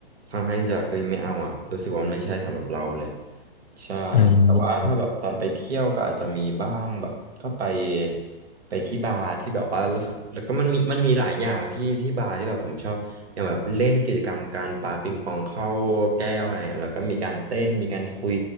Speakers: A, on the right; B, on the left.
A: ค่อนข้างที่จะเอ้ยไม่เอาอ่ะรู้สึกว่ามันไม่ใช่สำหรับเราเลย ใช่แต่ว่าถ้าแบบตอนไปเที่ยวก็อาจจะมีบ้างแบบก็ไป
B: อืม
A: ไปที่บาร์ที่แบบว่าแล้วก็มันมีมันมีหลายอย่างพี่ที่บาร์ที่แบบผมชอบอย่างแบบเล่นกิจกรรมการปาปิงปองเข้าแก้วอะไรเงี้ยแล้วก็มีการเต้นมีการคุย